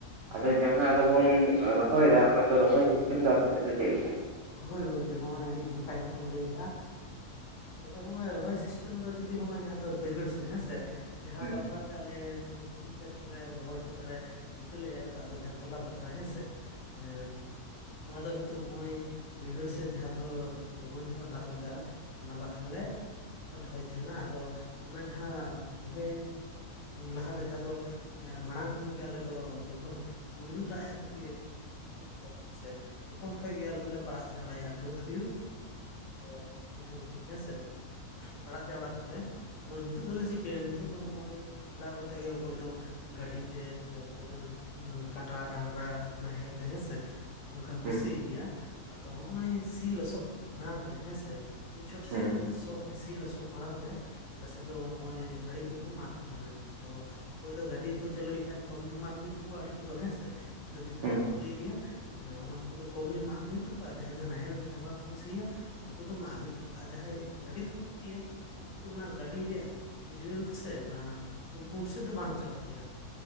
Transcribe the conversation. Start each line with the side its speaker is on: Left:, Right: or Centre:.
Right: ᱟᱫᱚ ᱡᱟᱦᱟᱸ ᱟᱫᱚ ᱵᱚᱱ ᱨᱚᱦᱚᱭ ᱮᱫᱟ ᱚᱱᱟ ᱫᱚ ᱨᱚᱦᱚᱭ ᱥᱤᱥᱴᱮᱢ ᱫᱚ ᱟᱯᱮ ᱥᱮᱫ ᱫᱚ ᱪᱮᱫ ᱞᱮᱠᱟ?
Left: ᱦᱳᱭ ᱜᱚᱝᱠᱮ ᱦᱚᱸᱜ-ᱚᱭ ᱟᱹᱰᱤ ᱱᱟᱯᱟᱭ ᱠᱟᱛᱷᱟᱢ ᱞᱟᱹᱭ ᱠᱟᱜ-ᱟ᱾ ᱛᱚᱵᱮ ᱦᱚᱸᱜ-ᱚᱭ ᱨᱚᱦᱚᱭ ᱥᱤᱥᱴᱮᱢ ᱫᱚ ᱡᱩᱫᱤ ᱦᱚᱸᱜ-ᱚᱭ ᱡᱟᱦᱟᱸ ᱫᱚ ᱵᱟᱹᱭᱦᱟᱹᱲ ᱥᱮᱫ ᱦᱮᱸ ᱥᱮ ᱡᱟᱦᱟᱸ
Right: ᱦᱩᱸ
Left: ᱵᱟᱠᱷᱨᱟ ᱛᱟᱞᱮ ᱜᱷᱩᱴᱩ ᱠᱷᱮᱛ ᱠᱚᱨᱮ ᱨᱚᱦᱚᱲ ᱠᱷᱮᱛᱨᱮ ᱤᱛᱟᱹ ᱞᱮ ᱮᱨ ᱠᱟᱫ ᱫᱚ ᱡᱟᱦᱟᱸ ᱛᱚᱞᱟ ᱵᱟᱠᱷᱨᱟ ᱦᱮᱸ ᱥᱮ ᱦᱮᱸ ᱱᱚᱣᱟ ᱫᱚ ᱱᱤᱛᱚᱜ ᱦᱚᱸᱜ-ᱚᱭ ᱵᱟᱹᱭᱦᱟᱹᱲ ᱥᱮᱫ ᱡᱟᱦᱟᱸ ᱫᱚ ᱞᱚᱜᱚᱱ ᱫᱷᱟᱨᱟ ᱫᱟᱜ ᱞᱟᱜᱟᱜ-ᱟ ᱚᱱᱟ ᱵᱟᱠᱷᱨᱟ ᱞᱮ ᱨᱚᱦᱚᱭ ᱛᱟᱦᱮᱱᱟ, ᱟᱫᱚ ᱚᱱᱟ ᱡᱟᱦᱟᱸ ᱨᱚᱦᱚᱭ ᱞᱟᱦᱟᱨᱮ ᱡᱟᱦᱟᱸ ᱫᱚ ᱢᱟᱲᱟᱝ ᱠᱷᱚᱱᱜᱮ ᱟᱞᱮ ᱫᱚ ᱡᱚᱠᱷᱚᱱ ᱯᱳᱭᱞᱳ ᱫᱟᱜ ᱮ ᱟᱜᱩᱭᱟ ᱱᱤᱭᱟᱹ ᱦᱮᱸ ᱥᱮ ᱛᱚᱠᱷᱚᱱ ᱠᱷᱚᱡ ᱜᱮ ᱟᱞᱮ ᱫᱚᱞᱮ ᱯᱟᱲᱟᱜ ᱡᱟᱣᱨᱟᱭᱟ ᱵᱟᱹᱫ ᱦᱩᱭᱩᱜ ᱥᱮ ᱱᱚᱛᱮ ᱩᱭᱦᱟᱹᱨ ᱦᱩᱭᱩᱜ ᱦᱮᱸᱥᱮ ᱯᱟᱲᱟᱜ ᱡᱟᱣᱨᱟ ᱠᱟᱜ ᱞᱮ ᱟᱫᱚ ᱱᱤᱛᱚᱜ ᱫᱚᱞᱮ ᱪᱤᱠᱟᱹᱭᱟ ᱱᱤᱛᱚᱜ ᱫᱚ ᱱᱚᱜ-ᱚᱭ ᱦᱮᱞᱟᱣ ᱠᱟᱛᱮᱫ ᱜᱮ ᱚᱠᱚᱭ ᱫᱚ ᱜᱟᱹᱰᱤ ᱛᱮ ᱥᱮ ᱚᱠᱚᱭ ᱫᱚ ᱠᱟᱰᱟ ᱰᱟᱝᱨᱟ ᱱᱟᱦᱮᱞ ᱛᱮ ᱦᱮᱸᱥᱮ ᱚᱱᱠᱟ ᱦᱚᱸ
Right: ᱦᱩᱸ
Left: ᱠᱩᱥᱤᱭ
Right: ᱦᱩᱸ
Left: ᱜᱮᱭᱟ ᱟᱫᱚ ᱦᱚᱸᱜ-ᱚᱭ ᱥᱤ ᱞᱚᱥᱚᱫ ᱢᱟᱲᱟᱝ ᱨᱮ ᱦᱮᱸ ᱥᱮ ᱢᱤᱫ ᱪᱷᱚᱴ ᱥᱤ
Right: ᱦᱩᱸ
Left: ᱠᱟᱛᱮᱫ ᱥᱚᱜ ᱥᱤ ᱞᱚᱥᱚᱫ ᱢᱟᱲᱟᱝ ᱨᱮ ᱟᱞᱮ ᱥᱮᱫ ᱫᱚ ᱱᱚᱜ-ᱚᱭ ᱟᱹᱲᱤ ᱠᱚᱠᱚ ᱢᱟᱜ ᱛᱟᱦᱮᱱᱟ ᱟᱫᱚ ᱚᱠᱚᱭ ᱫᱚ ᱜᱟᱹᱰᱤ ᱠᱚ ᱪᱟᱹᱞᱩᱭ ᱠᱷᱟᱡ ᱠᱚᱢ ᱧᱚᱜ ᱢᱟᱜ ᱦᱩᱭᱩᱜ ᱛᱟᱠᱚᱣᱟ ᱟᱲᱮ ᱠᱚᱫᱚ ᱦᱮᱸ ᱥᱮ ᱵᱷᱤᱛᱟᱹ
Right: ᱦᱩᱸ
Left: ᱢᱟᱜ ᱠᱚ ᱞᱟᱹᱭ ᱜᱮᱭᱟ᱾ ᱦᱮᱸ ᱩᱱᱠᱩ ᱫᱚ ᱠᱚᱢ ᱧᱚᱜ ᱢᱟᱜ ᱦᱩᱭᱩᱜ ᱛᱟᱠᱚᱼᱼ ᱡᱟᱦᱟᱸᱭ ᱫᱚ ᱱᱟᱦᱮᱞ ᱰᱟᱝᱨᱟ ᱛᱮᱠᱚ ᱥᱤᱭᱟ ᱩᱱᱠᱩ ᱫᱚ ᱢᱟᱜ ᱦᱩᱭᱩᱜ ᱛᱟᱠᱚᱣᱟ ᱡᱟᱦᱟᱸᱭ ᱜᱟᱹᱰᱤ ᱛᱮᱦᱚᱸ ᱠᱚ ᱥᱤᱭᱟ᱾ ᱩᱱᱠᱩ ᱫᱚ ᱚᱱᱟ ᱜᱟᱹᱰᱤ ᱨᱮᱭᱟᱜ ᱠᱮᱡᱩᱭᱮᱞ ᱫᱚᱥᱮ ᱚᱱᱟ ᱠᱩᱱ ᱠᱩᱱ ᱥᱮᱫ ᱫᱚ ᱵᱟᱝ ᱪᱟᱞᱟᱜ ᱜᱮᱭᱟ᱾